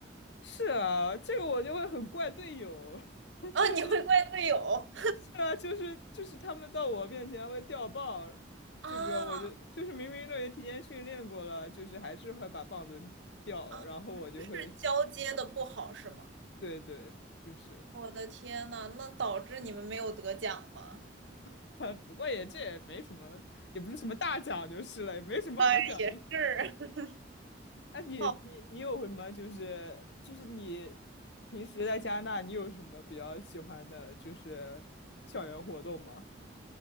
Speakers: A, on the left (about 65°); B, on the right (about 75°).
A: 是啊，这个我就会很怪队友，<laughs>
B: 啊！
A: 就是
B: 你会怪队友
A: 是啊，就是就是他们到我面前会掉棒这个我就就是明明都已经提前训练过了，
B: <laughs> 啊
A: 就是还是会把棒子掉了，
B: 啊？
A: 然后我就会
B: 是交接的不好是吗？
A: 对对，就是，
B: 我的天呐，那导致你们没有得奖吗？
A: <laughs> 不过也这也没什么，也不是什么大奖就是了，也没什么好奖励。
B: 哎，也是 <laughs>
A: 哎，你你你有什么就是就是你平时在加拿大，
B: 好，
A: 你有什么比较喜欢的，就是校园活动吗？